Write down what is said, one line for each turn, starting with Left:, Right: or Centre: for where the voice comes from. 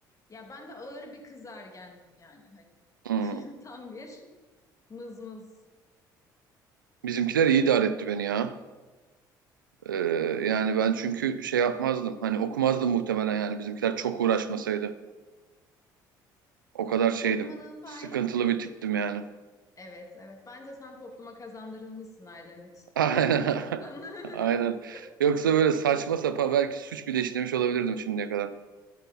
Left: Ya ben de ağır bir kız ergendim yani hani.
Right: hmm.
Left: <laughs> Tam bir mızmız.
Right: Bizimkiler iyi idare etti beni ya. Ee, yani ben çünkü şey yapmazdım. Hani okumazdım muhtemelen yani bizimkiler çok uğraşmasaydı. O kadar şeydim.
Left: Okumanın fay.
Right: Sıkıntılı
Left: <laughs>
Right: bir tiptim yani.
Left: Evet, evet. Bence sen topluma kazandırılmışsın ailen,
Right: <laughs> Aynen.
Left: ailen tarafından.
Right: Aynen.
Left: <laughs>
Right: Yoksa böyle saçma sapan belki suç bile işlemiş olabilirdim şimdiye kadar.